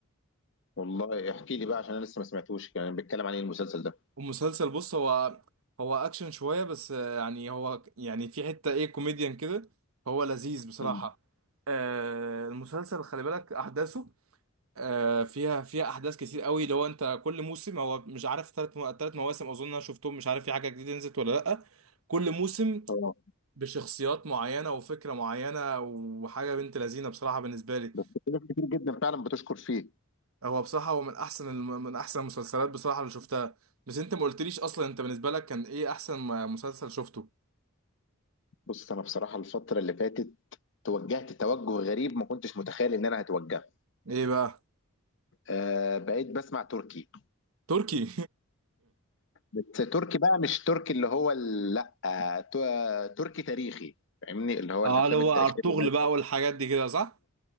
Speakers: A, on the left; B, on the right.
A: والله احكي لي بقى عشان انا لسه ما سمعتوش يعني بيتكلم عن ايه المسلسل ده
B: والمسلسل بص هو هو اكشن شويه بس آه، يعني هو ك- يعني في حته ايه كوميديان كده هو لذيذ بصراحه
A: مم.
B: آه المسلسل خلي بالك احداثه آه فيها فيها احداث كتير قوي لو انت كل موسم هو مش عارف ثلاث ثلاث مواسم اظن انا شفتهم مش عارف في حاجه جديده نزلت ولا لا كل موسم
A: اه
B: بشخصيات معينة وفكرة معينة وحاجة بنت لذينة بصراحة بالنسبة لي
A: في ناس كتير جدا فعلا بتشكر فيه
B: هو بصراحة هو من أحسن الم- من أحسن المسلسلات بصراحة اللي شفتها بس أنت ما قلتليش أصلا أنت بالنسبة لك كان إيه أحسن م- مسلسل شفته؟
A: بص انا بصراحه الفتره اللي فاتت توجهت توجه غريب ما كنتش متخيل ان انا هتوجهه
B: إيه بقى؟
A: آه بقيت بسمع تركي
B: تركي
A: بس تركي بقى مش تركي اللي هو ال- لا آه ت- آه، تركي تاريخي فاهمني
B: <laughs>
A: اللي هو
B: اه
A: الافلام
B: اللي هو
A: التاريخيه
B: ارطغرل
A: اللي الناس
B: بقى والحاجات دي كده صح؟